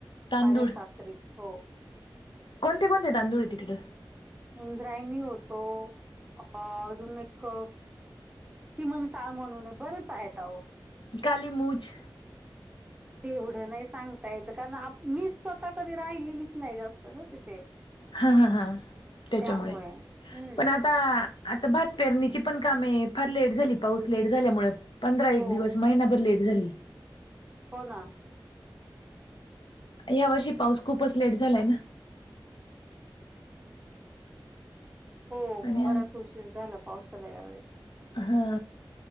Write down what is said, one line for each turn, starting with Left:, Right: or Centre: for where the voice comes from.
Left: तांदूळ?
Right: माझ्या सासरी हो.
Left: कोणते कोणते तांदूळ आहे तिकडं?
Right: इंद्रायणी होतो अ अजून एक चिमन साळ म्हणूनय बरेच आहेत अहो.
Left: काली मुछ.
Right: तेवढं नाही सांगता यायचं कारण मी स्वतः कधी राहिलेलीच नाही जास्त ना तिथे.
Left: हा हा हा त्याच्यामुळे
Right: त्यामुळे हम्म
Left: पण आ आ आता भात पेरणीची पण कामे फार लेट झाली पाऊस लेट झाल्यामुळे. पंधरा एक
Right: हो
Left: दिवस महिनाभर लेट झाली.
Right: हो ना.
Left: या वर्षी पाऊस खूपच लेट झालाय ना.
Right: हो
Left: आणि
Right: बराच उशीर झाला पावसाला यावेेळेस.
Left: हा